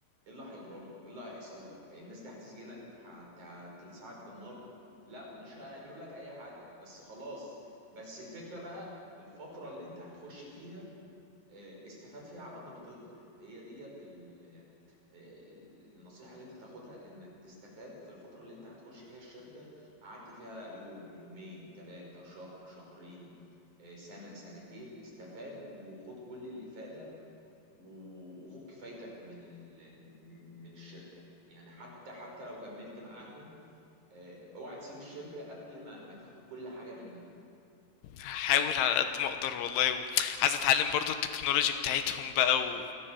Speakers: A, on the right; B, on the left.
A: ايه اللي هيجرى لك ايه اللي هيحصل لك الناس دي هتسجنك هت... هتلسعك بالنار لا مش هيعملوا لك اي حاجة بس خلاص بس الفكرة بقى الفترة اللي انت هتخش فيها آه، استفاد فيها على قد ما تقدر هي ديت ال- آه، النصيحة اللي انت تاخدها انك تستفاد في الفترة اللي انت هتخش فيها الشركة قعدت فيها يوم يومين ثلاثة شهر شهرين آه، سنة سنتين استفاد وخد كل الإفادة و- وخد كفايتك من ال... م- من الشركة يعني حتى حتى لو كملت معاهم آه، اوعى تسيب الشركة قبل ما ما تاخد كل حاجة منها
B: هاحاول على قد ما اقدر والله وعايز اتعلم برضو التكنولوجي بتاعتهم بقى و...